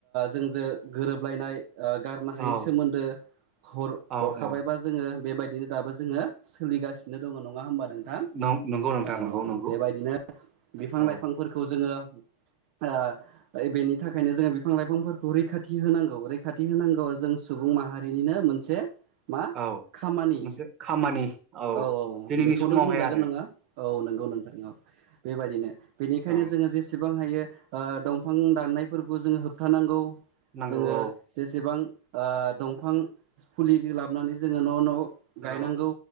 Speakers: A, on the right; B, on the right.
A: जोंजों गोरोबलायनाय ओ गारनो हायै
B: औ
A: सोमोन्दो हर
B: औ
A: हरखाबायबा
B: औ
A: जोङो बेबायदिनो दाबो जोङो सोलिगासिनो दङ नङा होमबा नोंथां
B: नं नंगौ नोंथां
A: औ
B: नंगौ नंगौ
A: बेबायदिनो बिफां
B: औ
A: लाइफांफोरखौ जोङो ओ बेनि थाखायनो जोङो बिफां लाइफांफोरखौ रैखा थि होनांगौ रैखाथि होनांगौ जों सुबुं माहारिनिनो मोनसे मा
B: औ
A: खामानि
B: मोनसे खामानि
A: औ औ
B: दिनैनि
A: बेखौनो
B: समावहाय
A: बुंजागोन
B: आरो
A: नङा औ नंगौ। नंगौ नोंथां औ बेबादिनो बेनिखायनो
B: औ
A: जोङो जेसे बां हायो दंफां दाननायफोरखौ जोङो होबथानांगौ
B: नांगौ
A: जोङो
B: औ
A: जेसेबां ओ दंफां फुलि नानै जोङो न' न' गायनांगौ
B: औ